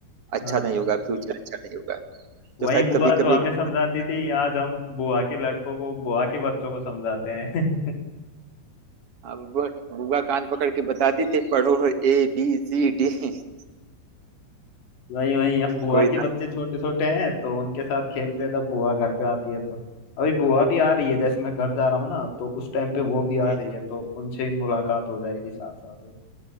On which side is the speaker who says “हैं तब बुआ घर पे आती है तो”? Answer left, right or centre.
Left